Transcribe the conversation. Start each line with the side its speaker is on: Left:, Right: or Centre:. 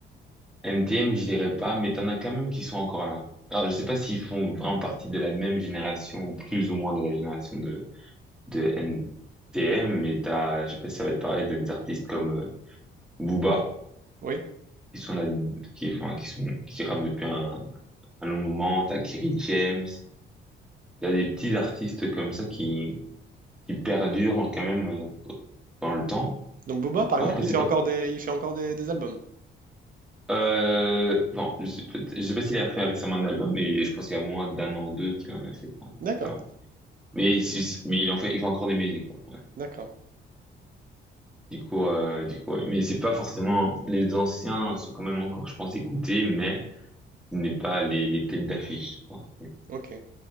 Centre: NTM je dirais pas, mais t'en as quand même qui sont encore là. Alors je sais pas s'ils font vraiment partie de la même génération, plus ou moins de la génération de de NTM, mais t'as, je sais pas si ça va te parler t'as des artistes comme euh, Booba
Right: Oui.
Centre: qui sont là, qui enfin, qui sont qui rappent depuis un, à nos moment, t'as Kerry James, il y a des petits artistes comme ça qui, qui perdurent quand même euh, dans le temps.
Right: Donc Booba, par exemple,
Centre: Après,
Right: il
Centre: c'est
Right: fait
Centre: pas...
Right: encore des il fait encore des, des albums.
Centre: Euh, bon, je sais, peut- je sais pas s'il a fait récemment un album, mais je pense qu'il y a moins d'un an ou deux qu'il en a fait. quoi.
Right: D'accord,
Centre: C'est vrai. Mais, si- mais il en fait, il fait encore des musiques. quoi. Ouais.
Right: d'accord,
Centre: Du coup, euh, du coup, ouais. Mais c'est pas forcément... Les anciens sont quand même encore, je pense, écoutés, mais ce n'est pas les, les têtes d'affiche, quoi,
Right: ok,